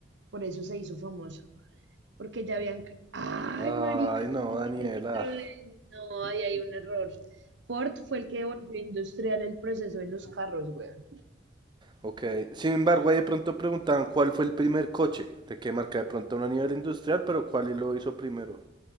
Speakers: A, on the right; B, on the right.
A: Por eso se hizo famoso. Porque ya habían. cre- Ay,
B: Ay,
A: marica,
B: no,
A: ¿cómo así
B: Daniela.
A: que Citroën? No, ahí hay un error. Ford fue el que volvió industrial el proceso de los carros, weón.
B: Ok. Sin embargo, ahí de pronto preguntaban cuál fue el primer coche. De qué marca de pronto no a nivel industrial, pero cuál y lo hizo primero.